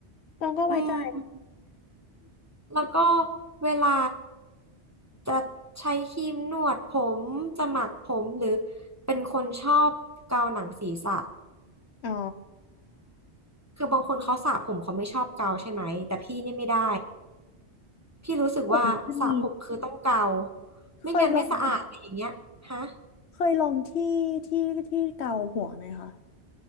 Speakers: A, on the left; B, on the right.
A: ตองก็ไว้ใจ
B: อืมแล้วก็เวลาจะใช้ครีมนวดผม จะหมักผมหรือเป็นคนชอบเกาหนังศีรษะ
A: อ๋อ
B: คือบางคนเขาสระผมเขาไม่ชอบเกาใช่ไหมแต่พี่นี่ไม่ได้พี่รู้สึกว่าสระผมคือต้องเกา
A: แบบนี้ก็มี
B: ไม่งั้นไม่สะอาดอะไรอย่างเงี้ยฮะ
A: เคยลองเคยลองที่ที่ที่เกาหัวไหมคะ